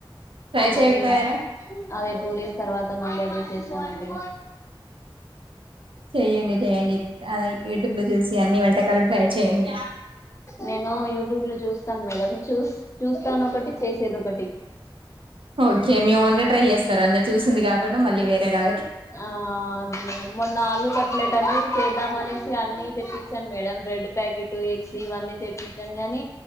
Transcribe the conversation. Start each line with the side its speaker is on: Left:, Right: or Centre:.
Right: ఫ్రే చేయక
Left: మళ్ళీ
Right: పోయారా
Left: అదే టూ డేస్ తర్వాత మళ్ళీ అదే చేశానండి
Right: చేయండి చేయండి యూట్యూబ్ లో చూసి అన్ని వంటకాలు ట్రై చేయండి
Left: నేను యూట్యూబ్ లో చూస్తాను మేడం చూస్ చూస్తాను ఒకటి చేసేది ఒకటి
Right: ఒకే మీ వంట ట్రై చేస్తారు అ చూసింది కాకుండా మళ్ళీ వేరే లా
Left: ఆ అది మొన్న ఆలు కట్లేెట్ అని ద్దాం అనేసి అన్ని తెప్పించాను మేడంమ్ బ్రెడ్ ప్యాకెట్ ఎగ్స్ ఇవన్నీ తెప్పి గాని